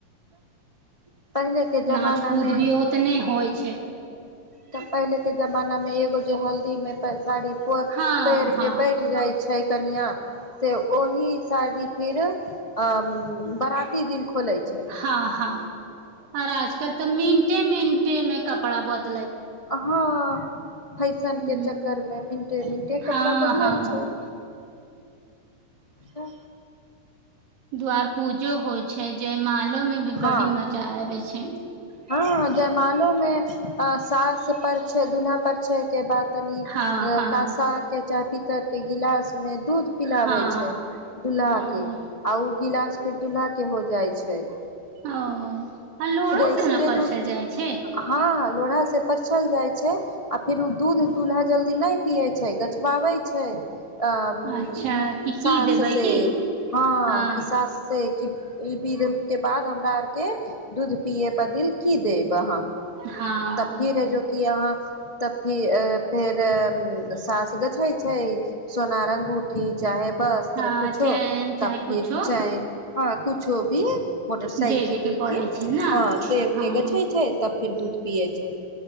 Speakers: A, on the left (about 30°); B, on the right (about 85°).
A: तऽ पहिले के जमाना
B: नाच कूद
A: मे
B: भी ओतने होइ छै
A: तऽ पहिलेकें जमानामे एगो जे हल्दीमे प साड़ी ओ
B: हँ
A: पेढ़
B: हँ
A: के बैठ जाइ छै छै कनिया से ओहि साड़ी फेर अं बराती दिन खोलय छै
B: हँ आर आजकल तऽ मिंटे मिंट के मे कपड़ा बहुत
A: हँअ फैशन
B: ह
A: के चक्कर मे मिनटे मिनटे कपड़ा
B: हँ
A: बदलय
B: हँ
A: छैइ त
B: द्वार पूजो होइ छैइ जयमालो में भी
A: हँ
B: बडी मजा आबय छै
A: हँ जयमालो में अ सास परछै दुल्हा परछैे के बाद तनी
B: हँ हँ
A: काँसा के चाह पीत तल के गिलास में दूध पिलाबै
B: हँ
A: छैई दुल्हा
B: ओ
A: के आ ऊ गिलास फेर दुल्हा के हो जाइ छै छै
B: ओ आ लोढ़ो
A: ऐसने
B: से ने परछल
A: दूध
B: जाइ छै
A: हँ लोढ़ा से परछल जाइ छै आ फिर ओ दूध दुल्हा जल्दी नइ पियै छैइ गछवाबै छै अं
B: अच्छा कि की
A: सास
B: देबै
A: से
B: की
A: हँ
B: हँ
A: कि सास से ई विध हम के बाद हमरा आर के दूध पिये बदिल की देब अहाँ
B: हां
A: तऽ फिर जोकि अहाँ तऽ फि फेर सास गछै छै सोनार अंगूठी चाहे वस्त्र
B: हँ
A: कुछो
B: चैन चाहे
A: तब फिर
B: कुछो
A: चैन हँ कुछो इहे मोटर सााइकिल
B: देबे के
A: उइकिल
B: पड़ै छै ने
A: हँ देब
B: हँ
A: के गछै छैइ तब फेर दूध पीअइ छै